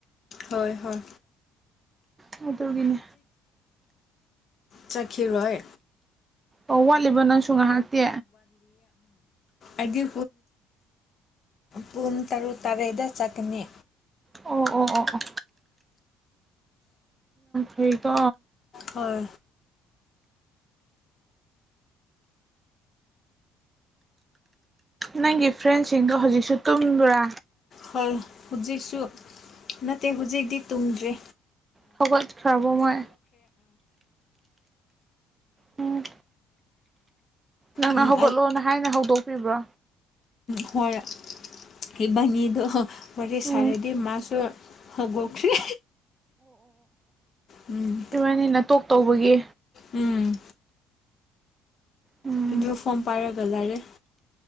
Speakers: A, on the left; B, on the right.
A: ꯍꯣꯏ ꯍꯣꯏ
B: ꯑꯗꯨꯠꯇꯒꯤꯅꯦ
A: ꯆꯥꯛꯀꯤꯔꯣꯏ
B: ꯑꯣ ꯋꯥꯠꯂꯤꯕ ꯅꯪꯁꯨ ꯉꯥꯏꯍꯥꯛꯇꯦ
A: ꯑꯩ ꯄꯨꯡ ꯇꯔꯨꯛ ꯇꯔꯦꯗ ꯆꯠꯀꯅꯤ
B: ꯑꯣ ꯑꯣ ꯑꯣ ꯑꯣ ꯐꯩꯗꯣ
A: ꯍꯣꯏ
B: ꯅꯪꯒꯤ ꯐ꯭ꯔꯦꯟꯁꯤꯡꯗꯣ ꯍꯧꯖꯤꯛꯁꯨ ꯇꯨꯝꯕ꯭ꯔꯥ
A: ꯍꯣꯏ ꯍꯧꯖꯤꯛꯁꯨ ꯅꯠꯇꯦ ꯍꯧꯖꯤꯛꯤ ꯇꯨꯝꯗ꯭ꯔꯦ
B: ꯊꯒꯠ ꯈꯕ ꯃꯣꯏ ꯎꯝ ꯅꯪꯅ
A: ꯎꯝ
B: ꯍꯧꯒꯠꯂꯣꯅ ꯍꯥꯏꯅ ꯍꯧꯗꯣꯛꯄꯤꯕ꯭ꯔꯥ
A: ꯍꯣꯏꯔ ꯏꯕꯥꯅꯤꯗꯣ ꯋꯥꯔꯤ
B: ꯎꯝ
A: ꯁꯥꯔꯗꯤ ꯃꯥꯁꯨ ꯍꯧꯒꯣꯛꯈ꯭ꯔꯦ ꯎꯝ
B: ꯏꯕꯥꯅꯤ ꯅ ꯇꯣꯛ ꯇꯧꯕꯒꯤ
A: ꯎꯝ
B: ꯎꯝ
A: ꯑꯗꯨ ꯐꯣꯔꯝ ꯄꯥꯏꯔꯒ ꯂꯩꯔꯦ